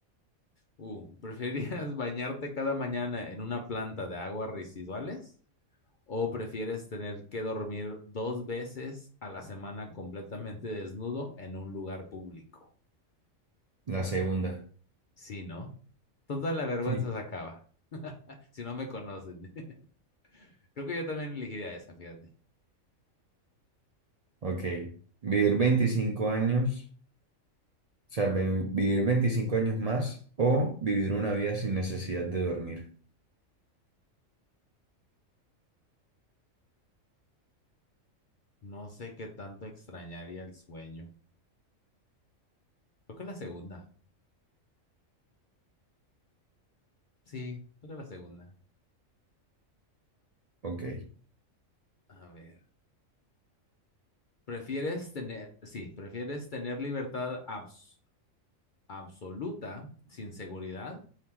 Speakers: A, on the left (about 50°); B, on the right (about 70°).
A: Uh, ¿preferirías <laughs> bañarte cada mañana en una planta de aguas residuales ¿O prefieres tener que dormir dos veces a la semana completamente desnudo en un lugar público?
B: la segunda.
A: Sí, ¿no? Toda la vergüenza
B: Sí.
A: se acaba. Si no me conocen. <laughs> Creo que yo también elegiría esa, fíjate.
B: Ok. Vivir 25 años, o sea, vi- vivir 25 años más o vivir una vida sin necesidad de dormir.
A: No sé qué tanto extrañaría el sueño. Creo que la segunda. Sí, creo que la segunda.
B: Ok.
A: A ver. ¿Prefieres tener, sí, prefieres tener libertad abs- absoluta sin seguridad